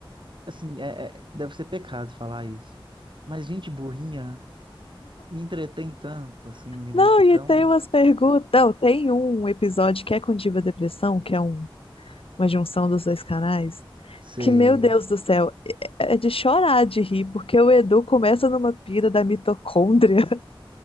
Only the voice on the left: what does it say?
Não,
e tem umas perguntas. Não, tem um episódio que é com Diva Depressão, que é um- uma junção dos dois canais.
Que, meu Deus do céu, é é, é de chorar de rir, porque o Edu começa numa pira da mitocôndria